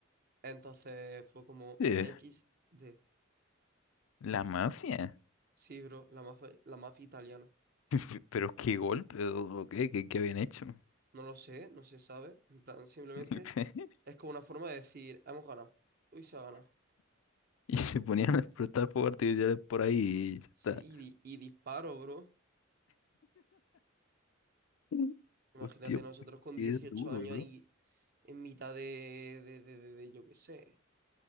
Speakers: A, on the right; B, on the left.
A: Entonces fue como
B: Eh,
A: XD.
B: La mafia.
A: Sí, bro, la mafia, la mafia italiana.
B: P- Pero qué golpe, o o qué, qué, qué habían hecho.
A: No lo sé, no se sabe. En plan, simplemente
B: <laughs>
A: es como una forma de decir, hemos ganado. Uy, se ha ganado.
B: Y se ponían a explotar fuegos artificiales por ahí y ya está.
A: Sí, y, y disparo, bro.
B: Mm.
A: Imagínate
B: Hostia,
A: nosotros
B: pues,
A: con
B: qué
A: 18
B: duro,
A: años
B: bro.
A: ahí en mitad de, de, de, de- de- yo qué sé,